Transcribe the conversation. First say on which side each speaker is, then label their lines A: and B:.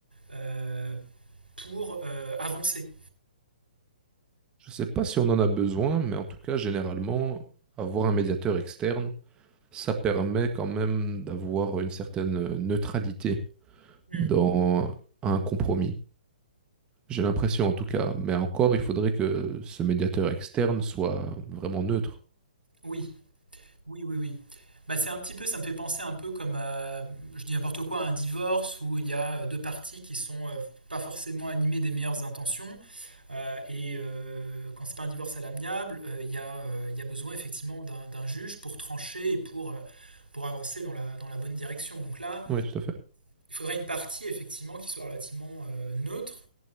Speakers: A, on the right; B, on the right.
A: euh, pour euh, avancer
B: Je ne sais pas si on en a besoin, mais en tout cas, généralement, avoir un médiateur externe, ça permet quand même d'avoir une certaine neutralité
A: Hmm.
B: dans un compromis. J'ai l'impression en tout cas, mais encore, il faudrait que ce médiateur externe soit vraiment neutre.
A: Oui. Oui, oui, oui. Bah, c'est un petit peu, ça me fait penser un peu comme à, je dis n'importe quoi, à un divorce où il y a euh, deux parties qui sont euh, pas forcément animées des meilleures intentions. Euh, et euh, quand c'est pas un divorce à l'amiable, euh, il y a, euh, il y a besoin effectivement d'un d'un juge pour trancher et pour, euh, pour avancer dans la, dans la bonne direction. Donc là,
B: Oui, tout à fait.
A: il faudrait une partie effectivement qui soit relativement euh, neutre